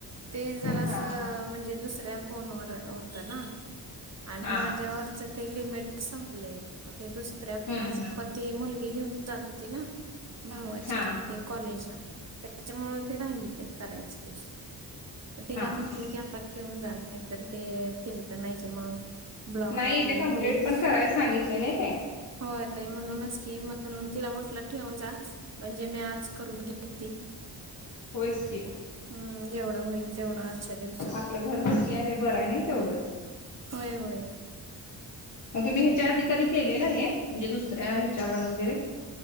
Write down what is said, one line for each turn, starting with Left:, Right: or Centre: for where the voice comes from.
Right: ते जरा असं
Left: हा हा
Right: म्हणजे दुसऱ्या फोनवर होत ना आणि
Left: हा
Right: माझ्यावरच
Left: हा
Right: ते लिमिट संपले मग ते दुसऱ्या
Left: हम्म
Right: फोनवर
Left: हम्म
Right: ते मुलगी घेऊन जात होते ना भावाची
Left: हा
Right: ते कॉलेजला त्याच्यामु ते राहिले करायचे तिला
Left: हा हा
Right: म्हंटलं की आता ठेऊन जाणतर ते केलं नाही कि मग ब्लॉक
Left: नाही
Right: वगैरे
Left: ते कम्प्लीट
Right: होईल
Left: पण करायच सांगितले नाही ते
Right: होय म्हणूनच की म्हणून तिला म्हटलं ठेऊून जा म्हणजे मी आज करून घेते
Left: होच किओ
Right: हम्म जेवढं होईल तेवढं आजच्या दिवसात
Left: आपलं घर कसली आहे हे बरं आहे नाही तेवढंच
Right: होय होय
Left: मग तुम्ही ह्याच्या आधी कधी केलेलं आहे म्हणजे दुसऱ्या ह्याच्यावरण वगैरे